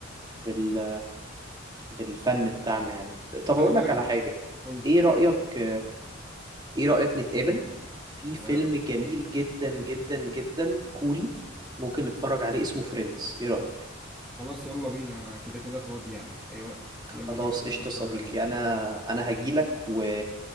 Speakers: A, on the right (about 20°); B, in the centre.
A: بال... بالفن بتاعنا يعني طب
B: خلي
A: أقول
B: بالك
A: لك على حاجة
B: قول لي
A: إيه رأيك إيه رأيك نتقابل في
B: تمام
A: فيلم جميل جدا جدا جدا كوري ممكن نتفرج عليه اسمه فريندز إيه رأيك؟
B: خلاص يلا بينا انا كده كده فاضي يعني في اي وقت
A: خلاص
B: يلا بينا
A: قشطة
B: نتفرج
A: صديقي
B: عليه
A: أنا أنا هجيلك و...